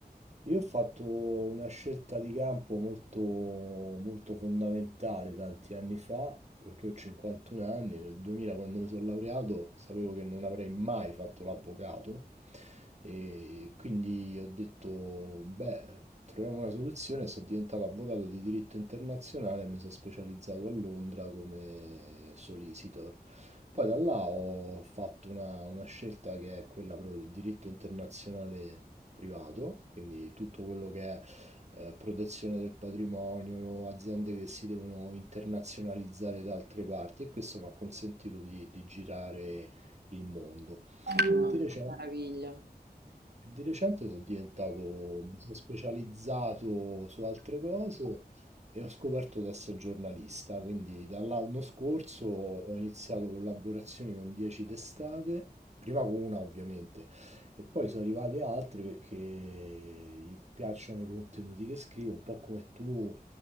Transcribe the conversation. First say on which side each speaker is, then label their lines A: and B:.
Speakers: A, on the right; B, on the right.
A: Io ho fatto una scelta di campo molto, molto fondamentale tanti anni fa, perché ho 51 anni, nel 2000 quando mi sono laureato sapevo che non avrei mai fatto l'avvocato e quindi ho detto, beh, troviamo una soluzione, sono diventato avvocato di diritto internazionale e mi sono specializzato a Londra come solicitor. Poi da là ho fatto una, una scelta che è quella proprio del diritto internazionale privato, quindi tutto quello che è eh, protezione del patrimonio, aziende che si devono internazionalizzare da altre parti e questo mi ha consentito di, di girare il mondo.
B: Che,
A: Di recente
B: che meraviglia.
A: di recente sono diventato, mi sono specializzato su altre cose e ho scoperto di essere giornalista, quindi dall'anno scorso ho iniziato collaborazioni con 10 testate, prima con una ovviamente, e poi sono arrivate altre perché gli piacciono i contenuti che scrivo, un po' come tu